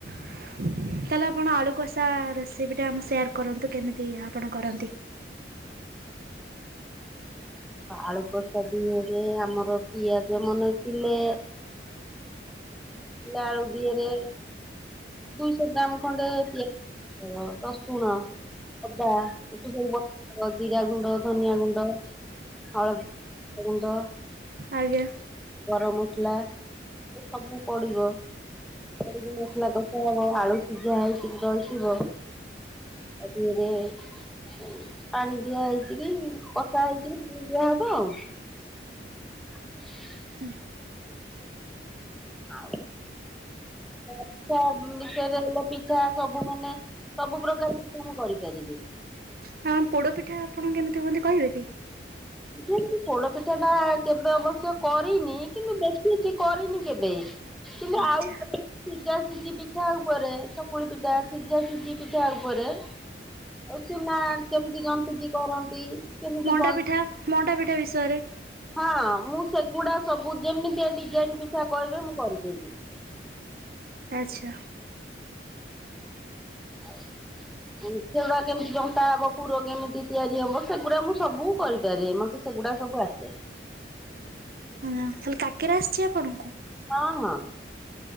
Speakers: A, on the right (about 55°); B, in the centre.
A: <inaudible> ତାହେଲେ ଆପଣ ଆଳୁ କଷା ରେସିପି ଟା ଆମ ସେୟାର କରନ୍ତୁ କେମିତି ଆପଣ କରନ୍ତି?
B: ଆଳୁ କଷା ଦିହେରେ ଆମର ପିଆଜ ମନେ କିଲେ ଶୁଖିଲା ଆଳୁ ଦିହେରେ ଦୁଇଶହ ଗ୍ରାମ ଖଣ୍ଡେ ପିଆଜ ରସୁଣ ଅଦା ଆକୁ ସବୁ ବଟାହବ ଜୀରା ଗୁଣ୍ଡ, ଧନିଆ ଗୁଣ୍ଡ ହଳଦୀ ଗୁଣ୍ଡ
A: ଆଜ୍ଞା।
B: ଗରମମସଲା ଏ ସବୁ ପଡିବ। ସାଡକୁ ମସାଲା କଶା ହବ ଆଳୁ ଶିଝା ହେଇକି ରହିଥିବ। ଆରେ ଆରେ ପାଣି ଦିଆ ହେଇକିରି କଷା ହେଇକିରି ଦିଆହବ ଆଉ। <inaudible>
A: <inaudible>
B: ଆଉ ପିଠା ବିଷରେ ପିଠା ସବୁ ମାନେ ସବୁ ପ୍ରକାର ପିଠା ମୁଁ କରିପାରିବି।
A: ହଁ ପୋଡ ପିଠା ଆପଣ କେମିତି ହୁଅନ୍ତି କହିବେ କି?
B: ଯେ ମୁ ପୋଡ ପିଠା ଟା କେବେ ଅବଶ୍ୟ କରିନି କିନ୍ତୁ ଦେଖିଛି କରିନି କେବେ। କିନ୍ତୁ
A: ଆଚ୍ଛା
B: ଆଉ ସବୁ ଶିଯା ସିଜି ପି - ପିଠା ଉପରେ ଚକୁଳି ପିଠା ସିଯା ଶିଯି ପିଠା ଉପରେ - ଏଇ ଚୂନା କେମିତି ଜନ୍ତିକି କରନ୍ତି କେମିତି
A: ମଣ୍ଡା
B: ବନ
A: ପିଠା ମଣ୍ଡା ପିଠା ବିଷୟରେ
B: ହଁ ମୁଁ ସେଗୁଡା ସବୁ ଯେମିତିଆ ଡିଜାଇନ୍ ପିଠା କହିବେ ମୁଁ କରିଦେବି।
A: ଆଚ୍ଛା।
B: ଆଉ।
A: <inaudible>
B: ସେଗୁଡା କେମିତି ଜନ୍ତା ହବ ପୁର କେମିତି ତିଆରି ହବ ସେଗୁରା ମୁଁ ସବୁ କରି ପାରେ ମତେ ସେଗୁଡା ସବୁ ଆସେ।
A: ହଁ ଖାଲି କାକେରା ଆସିଛି ଆପଣଙ୍କୁ?
B: ହଁ ହଁ।